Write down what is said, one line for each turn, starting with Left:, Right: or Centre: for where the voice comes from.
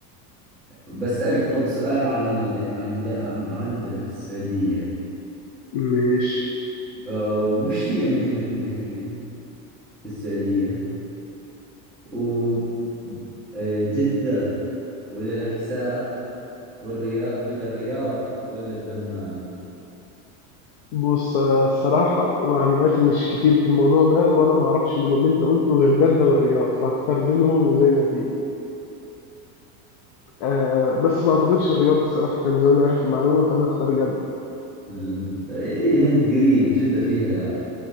Centre: بسألك طب سؤال عن ال... عن, د... عن عندنا في السعودية
Left: ماشي
Centre: أه، وش هي مدينة النخيل في السعودية و أه، جدة ولا الإحساء والرياض ولا الرياض ولا الدمام
Left: بص انا الصراحه معلوماتي مش كتير في الموضوع ده وانا ما اعرفش من اللي انت قلته غير جده والرياض فهختار بينهم وزي ما تيجي آه بس ما اعتقدش الرياض الصراحه كان زمان عارف المعلومه فانا هختار جده
Centre: ال- اي هند قريب جدة فيها